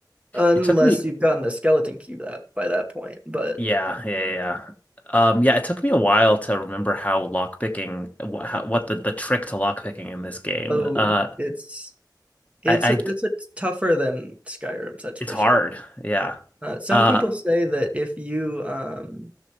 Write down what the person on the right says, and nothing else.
Unless
you've gotten the skeleton key that by that point. But
oh
it's it's
a, it's a tougher than Skyrim's, that's
for
sure.
Uh, some
people say that if you um